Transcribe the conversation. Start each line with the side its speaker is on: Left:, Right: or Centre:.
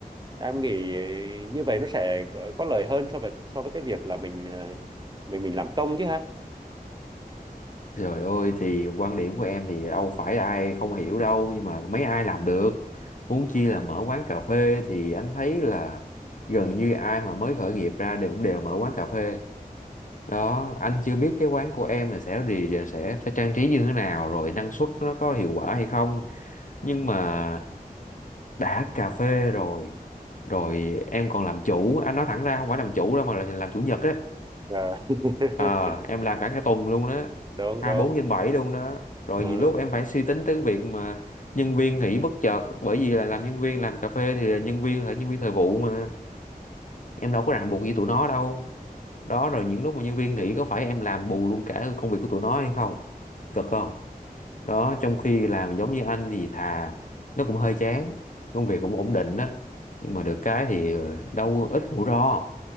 Right: em nghĩ như vậy nó sẽ có, có lợi hơn so với so với cái việc là mình ờ, mình mình làm công chứ ha
Left: Trời ơi thì quan điểm của em thì đâu phải ai không hiểu đâu nhưng mà mấy ai làm được huống chi là mở quán cà phê thì anh thấy là gần như ai mà mới khởi nghiệp ra đều cũng đều mở quán cà phê đó anh chưa biết cái quán của em là sẽ gì sẽ phải trang trí như thế nào rồi năng suất nó có hiệu quả hay không nhưng mà đã cà phê rồi rồi em còn làm chủ anh nói thẳng ra không phải làm chủ đâu mà là làm chủ nhật á
Right: Ờ. <laughs>
Left: Ờ, em làm cả cái tuần luôn đó
Right: đúng
Left: 24
Right: đúng
Left: trên 7 luôn đó rồi
Right: Ờ,
Left: nhiều lúc em phải suy tính tới việc mà nhân viên nghỉ bất chợt bởi vì là làm nhân viên làm cà phê thì là nhân viên là nhân viên thời vụ mà em đâu có ràng buộc gì tụi nó đâu đó rồi những lúc mà nhân viên nghỉ có phải em làm bù luôn cả công việc của tụi nó hay không cực không đó trong khi làm giống như anh thì thà nó cũng hơi chán công việc cũng ổn định đó nhưng mà được cái thì ờ, đâu ít rủi ro